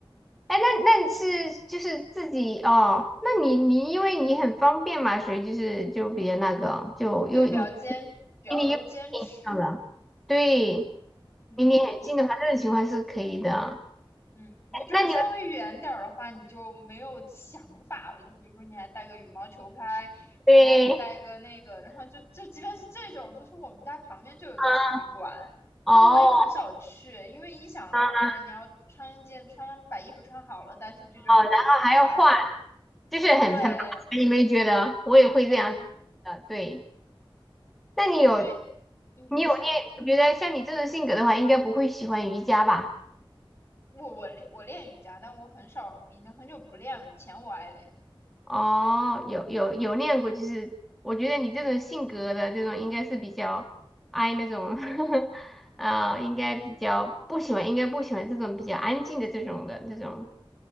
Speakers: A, in the centre; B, on the left.
A: 哎，那那你是就是自己哦，那你你因为你很方便嘛，所以就是就比较那个，就又你
B: 对，比较坚，比较容易坚持。
A: 离你又近上了，对，
B: 嗯，
A: 离你很近的话，
B: 你，
A: 这种情况是可以的。
B: 嗯，你就是稍微远点儿的话，
A: 那你们
B: 你就没有想法了。就比如说，你还带个羽毛球拍，
A: 对
B: 你还得带个那个，然后就就即便是这种，就是我们家旁边就有一个体育馆，
A: 啊，哦，
B: 但我也很少去，因为一想到，
A: 啊，
B: 哎，你要穿一件穿把衣服穿好了带出去就很烦。
A: 然后还要换，
B: <laughs>
A: 就是很很麻烦，
B: 对，
A: 你没觉得？我也会这样子的，
B: 嗯，
A: 对。那你有
B: 所以你你说
A: 你有练？我觉得像你这种性格的话，应该不会喜欢瑜伽吧？
B: 我我练我练瑜伽，但我很少，已经很久不练了。以前我爱练。
A: 哦，有有有练过，就是我觉得你这种性格的这种应该是比较 I 那种，<laughs> 啊、应该比较不喜欢，应该不喜欢这种比较安静的这种的这种。